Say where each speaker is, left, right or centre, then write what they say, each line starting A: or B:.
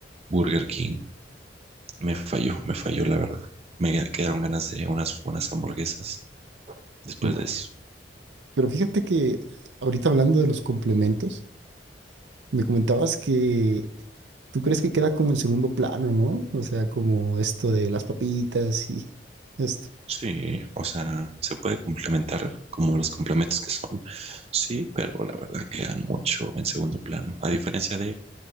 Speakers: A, on the right; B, on the right.
A: Burger King Me falló, me falló la verdad. Me quedaron ganas de unas buenas hamburguesas después
B: Uf.
A: de eso.
B: Pero fíjate que ahorita hablando de los complementos, me comentabas que ¿Tú crees que queda como en segundo plano, no? O sea, como esto de las papitas y esto.
A: Sí, o sea, se puede complementar como los complementos que son, sí, pero la verdad quedan mucho en segundo plano. A diferencia de,